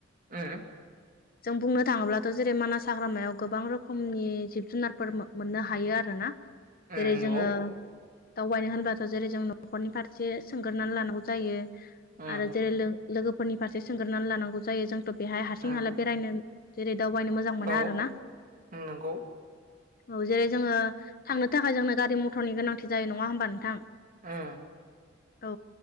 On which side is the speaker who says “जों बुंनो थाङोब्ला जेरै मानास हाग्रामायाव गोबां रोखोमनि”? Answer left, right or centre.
Left